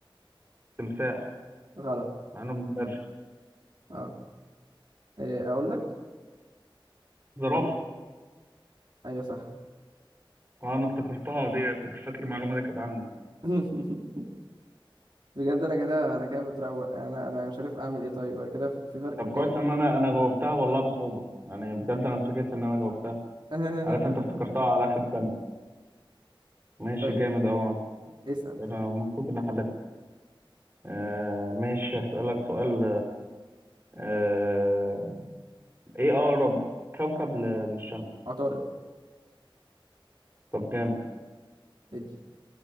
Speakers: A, on the right; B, on the right.
A: تمساح
B: غلط
A: مع إنه مش بري
B: اه آه، اقول لك
A: زرافة
B: اقول ايوه صح
A: آه، أنا افتكرتها دي كنت فاكر المعلومة دي كانت عندي
B: <laughs> بجد انا كده انا كده بتروق انا انا مش عارف اعمل ايه طيب انا كده في في فرق
A: طب
B: كام
A: كويس ان انا انا جاوبتها والله بصعوبه يعني بجد انا اتفاجئت ان انا جاوبتها
B: <laughs>
A: عارف انت افتكرتها على اخر ثانيه ماشي
B: طيب
A: جامد اوي انا
B: اسال
A: انا مبسوط اني حلتها آه ماشي هسألك سؤال آه ايه اقرب كوكب ل- للشمس
B: عطارد
A: طب جامد
B: ادي